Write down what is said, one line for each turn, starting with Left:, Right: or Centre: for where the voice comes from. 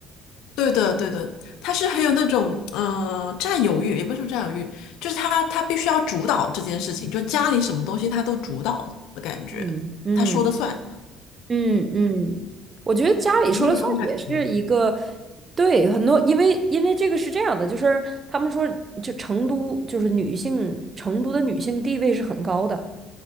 Left: 对的，对的，他是很有那种呃占有欲，也不是说占有欲，就是他他必须要主导这件事情，就家里什么东西他都主导的感觉，
Right: 嗯嗯
Left: 他说的算。
Right: 嗯嗯，我觉得家里说了算也是一个，
Left: 你有这种感觉
Right: 对，很多，因为因为这个是这样的，就是他们说，就成都就是女性，成都的女性地位是很高的，